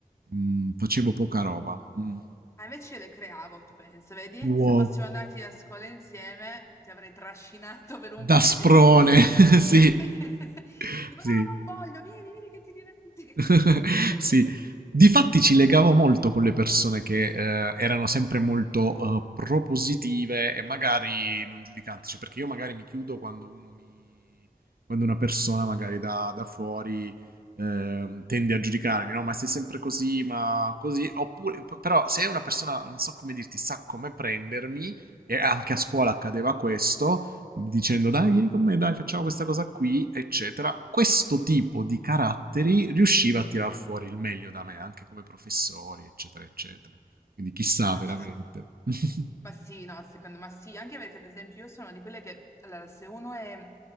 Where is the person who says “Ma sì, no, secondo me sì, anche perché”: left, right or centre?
Left